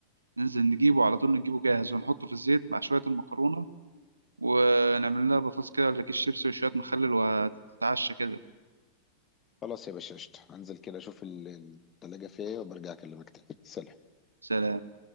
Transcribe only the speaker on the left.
خلاص يا باشا قشطة هنزل كده أشوف ال- التلاجة فيها إيه وبرجع أكلمك تاني سلام